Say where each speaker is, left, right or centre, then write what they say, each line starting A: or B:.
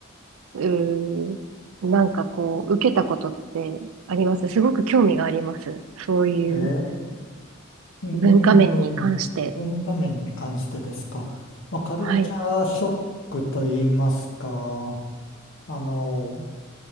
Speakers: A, on the right (about 75°); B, on the left (about 65°).
A: うーん、なんかこう、受けたことってありますすごく興味があります。そういう
B: ええ、うーん、
A: 文化面に関して。
B: 文化面に関してですか。まあ、カルチャーショックと言いますか、
A: はい、
B: あの、